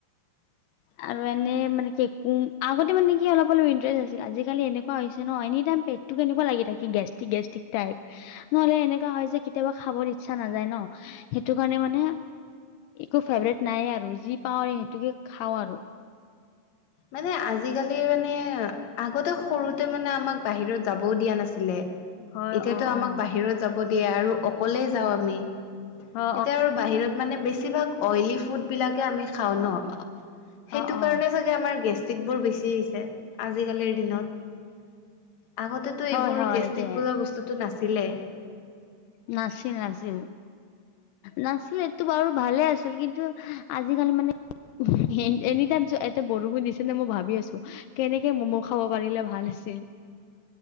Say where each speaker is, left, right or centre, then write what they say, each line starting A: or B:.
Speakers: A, on the left; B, on the left.
A: <inaudible>
B: আৰু এনে মানে কি কোম আগতে মানে কি অলপ-অলপ ইণ্টাৰেষ্ট আছিল আজিকালি এনেকুৱা হৈছে ন এনিটাইম পেক তো কেনেকোৱা লাগি থাকে গেষ্ট্ৰিক-গেষ্ট্ৰিক টাইপ। নহ'লে এনেকুৱা হয় যে কেতিয়াবা খাবৰ ইচ্ছা নাযায় ন, সেইটো কাৰণে মানে একো ফেভৰেট নাই আৰু যি পাও আৰু সেইটোকে খাও আৰু।
A: মানে আজিকালি মানে আগতে সৰুতে মানে আমাক বাহিৰত যাবও দিয়া নাছিলে।
B: হয়
A: এতিয়াতো
B: অ
A: আমাক
B: অ
A: বাহিৰত যাব যাব দিয়া আৰু অকলে যাও আমি
B: অ
A: এতিয়া আৰু বাহিৰত মানে বেছিভাগ অইলী ফুড বিলাকে আমি খাও
B: অ
A: ন,
B: অ
A: সেইটো
B: অ
A: কাৰণে চাগে আমাৰ গেষ্টিকবোৰ বেছি হৈছে আজিকালিৰ দিনত
B: উম
A: আগতে তো এইবোৰ
B: হয় হয়
A: গেষ্টিক
B: এইটোৱে
A: বোলো বস্তুতো নাছিলে।
B: নাছিলি-নাছিলি। নাছিলে এইটো বাৰু ভালে আছিল কিন্তু আজিকালি মানে হ'ম, এনিটাইম যে এটা বুৰ্বকৰ নিচিনা মই ভাবি আছো কেনেকে ম'ম' খাব পাৰিলে ভাল আছিল।